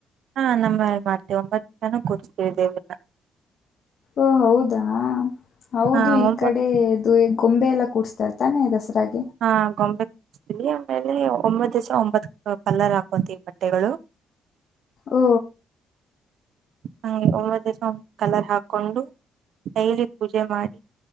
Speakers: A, on the right; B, on the left.
A: ಹಾ ನಮ್ಮೇಲ್ಲಿ ಮಾಡ್ತೀವಿ ಒಂಬತ್ತು ಜನ ಕೂರಿಸ್ತೀವಿ ದೇವಲ್ಲ
B: ಓ ಹೌದಾ ಹೌದು
A: ಹಾ
B: ಈ
A: ಒಂಬತ್
B: ಕಡೆ ಅದು ಗೊಂಬೆ ಎಲ್ಲ ಕೂಡ್ಸ್ತರ್ ತಾನೆ ದಸರಾಗ
A: ಹಾ ಗೊಂಬೆ ಸ್ಲ್ಲಿ ಆಮೇಲೆ ಒಂಬತ್ತು ದಿವಸ ಒಂಬತ್ ಕಲರ್ ಹಾಕೊಂತ ಈ ಬಟ್ಟೆಗಳು
B: ಓ
A: ಹ ಒಂಬತ್ತ ದಿವಸ ಒಂಬತ್ತು ಕಲರ್ ಹಾಕೊಂಡು ಡೈಲಿ ಪೂಜೆ ಮಾಡಿ